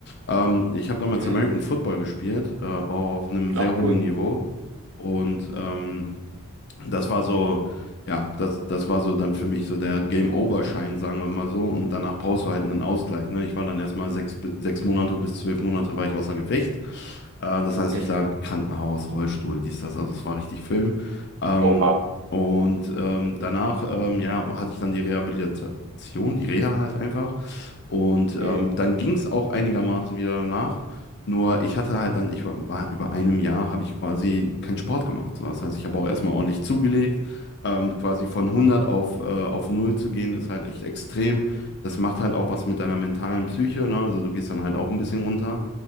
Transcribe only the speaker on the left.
Ähm, ich habe damals
American Football gespielt, äh, auch auf einem sehr
hohen
Niveau und ähm, das war so, ja, das, das war so dann für mich so der Game-Over-Schein, sagen wir mal so. Und danach brauchst du halt einen Ausgleich. Ne? Ich war dann erstmal sechs, bi- sechs Monate bis zwölf Monate war ich außer Gefecht. Äh, das heißt,
ich lag Krankenhaus, Rollstuhl, dies, das. Also es war richtig Film. Ähm,
und ähm, danach, ähm, ja, hatte ich dann die Rehabilitation, die Reha halt einfach. Und
ähm, dann ging es auch einigermaßen wieder danach. Nur ich hatte halt dann, ich war, war über einem Jahr, habe ich quasi keinen Sport gemacht. So, das heißt, ich habe auch erstmal ordentlich zugelegt. Ähm, quasi von 100 auf, äh, auf null zu gehen, ist halt echt extrem. Das macht halt auch was mit deiner mentalen Psyche, ne? Also du gehst dann halt auch ein bisschen runter.